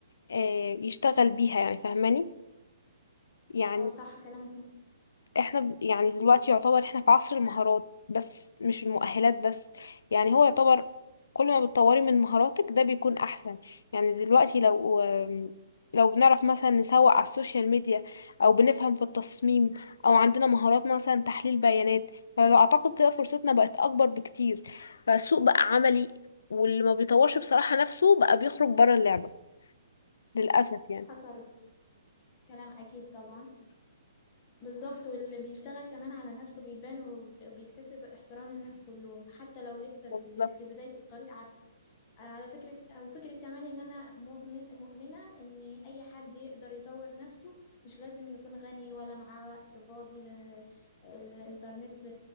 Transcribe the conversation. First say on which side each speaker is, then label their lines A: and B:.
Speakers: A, on the left (about 65°); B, on the left (about 20°).
A: آه، يشتغل بيها يعني فاهماني يعني
B: اه صح كلامك
A: احنا ب- يعني دلوقتي يعتبر احنا في عصر المهارات بس مش المؤهلات بس يعني هو يعتبر كل ما بتطوري من مهاراتك ده بيكون احسن يعني دلوقتي لو لو بنعرف مثلا نسوق على السوشيال ميديا او بنفهم في التصميم او عندنا مهارات مثلا تحليل بيانات فاعتقد كده فرصتنا بقت اكبر بكتير بقى السوق بقى عملي واللي ما بيطورش بصراحة نفسه بقى بيخرج بره اللعبة للأسف يعني
B: حصل كلام اكيد طبعا بالظبط واللي بيشتغل كمان على نفسه بيبان وبيكتسب احترام الناس كلهم حتى لو لسه في
A: بالظبط
B: الب... في بداية الطريق على فكرة أو فكرة كمان إن أنا مؤمن مؤمنة إن أي حد يقدر يطور نفسه مش لازم يكون غني ولا معاه وقت فاضي لأن الإنترنت